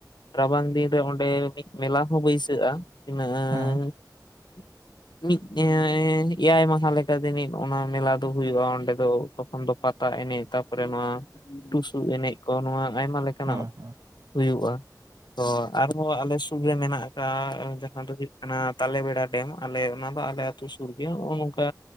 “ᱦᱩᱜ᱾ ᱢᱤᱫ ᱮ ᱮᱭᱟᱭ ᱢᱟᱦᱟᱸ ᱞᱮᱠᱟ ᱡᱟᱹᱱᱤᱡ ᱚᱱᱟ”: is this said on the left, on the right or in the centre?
Left